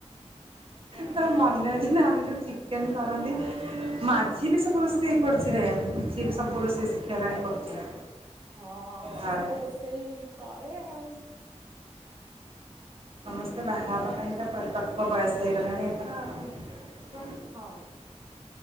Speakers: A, on the right; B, on the right.
A: ତୋର ମନେ ଅଛି? ନା ଆମେ ଯେଉଁ ଚିକେନ କରନ୍ତି। ମାଝି ବି ସବୁ ରୋଷେଇ କରୁଛି ରେ ସିଏ ବି ସବୁ ରୋଷେଇ ଶିଖି ଗଲାଣି କରୁଛି।
B: ହଁ ସିଏ
A: ଘରେ
B: ସବୁ ରୋଷେଇ କରେ ଆଉ।
A: ସମସ୍ତେ ବାହା ହେବା ପାଇଁ ତ ପରିପକ୍ଵ ବୟସ ହେଇଗଲାଣି ଏଥର ଆଉ।
B: ହଁ।